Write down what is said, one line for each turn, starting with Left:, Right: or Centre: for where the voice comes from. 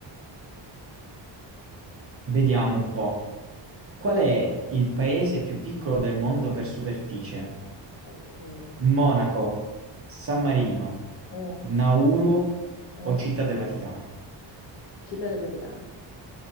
Right: vediamo un po'. Qual è il paese più piccolo del mondo per superficie?
Left: Ok. Mm,
Right: Monaco, San Marino,
Left: mm,
Right: Nauru
Left: mm.
Right: o Città del Vaticano?
Left: Città del Vaticano.